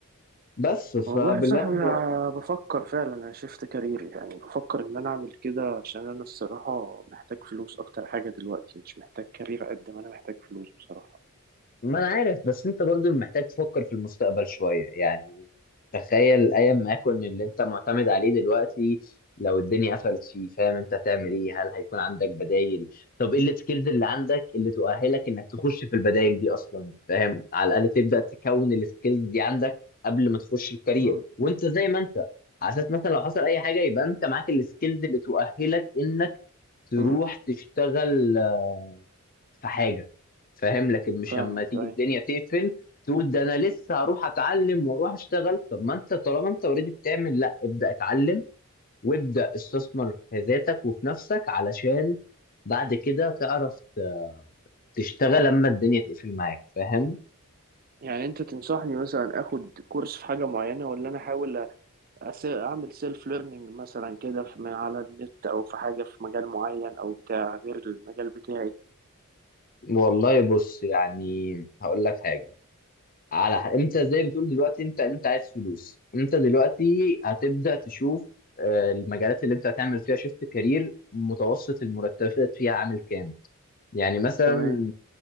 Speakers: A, on the left; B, on the right.
A: بس فباللي
B: والله يا صاحبي
A: انا ب...
B: آه، بفكر فعلا انا شفت كاريري يعني بفكر ان انا اعمل كده عشان انا الصراحه محتاج فلوس اكتر حاجه دلوقتي مش محتاج كارير قد ما انا محتاج فلوس بصراحه
A: ما انا عارف بس انت برضو محتاج تفكر في المستقبل شوية يعني تخيل ايام ما يكون اللي انت معتمد عليه دلوقتي لو الدنيا قفلت فيه فاهم انت هتعمل ايه هل هيكون عندك بدايل طب ايه السكيلز اللي عندك اللي تؤهلك انك تخش في البدايل دي اصلا فاهم على الاقل تبدأ تكون السكيلز دي عندك قبل ما تخش الكارير
B: امم
A: وانت زي ما انت على اساس مثلا لو حصل اي حاجة يبقى انت معاك السكيلز اللي تؤهلك انك تروح
B: امم
A: تشتغل آه، في حاجة فاهم لكن مش
B: فاهمك
A: اما تيجي
B: اي
A: الدنيا تقفل تقول ده انا لسه هروح اتعلم واروح اشتغل طب ما انت طالما انت اوريدي بتعمل لا ابدا اتعلم وابدا استثمر في ذاتك وفي نفسك علشان بعد كده تعرف ت- تشتغل لما الدنيا تقفل معاك فاهم
B: يعني انت تنصحني مثلا اخد كورس في حاجه معينه ولا انا احاول أس- اعمل سيلف ليرنينج مثلا كده في- من على النت او في حاجه في مجال معين او بتاع غير المجال بتاعي
A: والله بص يعني هقول لك حاجة على ح- انت زي بتقول دلوقتي انت انت عايز فلوس انت دلوقتي هتبدأ تشوف آه، المجالات اللي انت هتعمل فيها شيفت كارير متوسط المرتبات فيها عامل كام يعني مثلا
B: تمام